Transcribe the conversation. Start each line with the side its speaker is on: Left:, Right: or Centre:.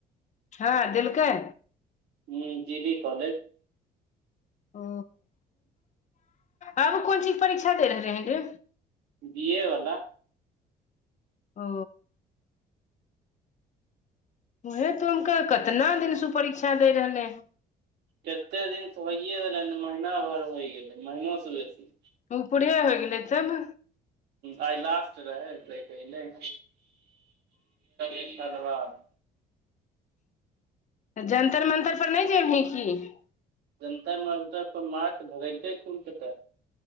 Left: हँ देलकै।
Right: ह जी- डी कॉलेज।
Left: ओ आब कोन चीज के परीक्षा दे रहलै हे रे।
Right: बी- ए वला।
Left: ओ। उहे त हम कहले, कितना दिन से परीक्षा दे रहले हे।
Right: कते दिनसँ होइए रहलै ने, महीना भरि होइ गेलै महनोसँ बेसी।
Left: उपरे हो गेलै तब।
Right: आइ लास्ट रहै तै एलैए एक साल बाद।
Left: जंतर- मंतर पर नहि जेबही की?
Right: जंतर -मंरत पर मार के भगायलकै खूब कऽके।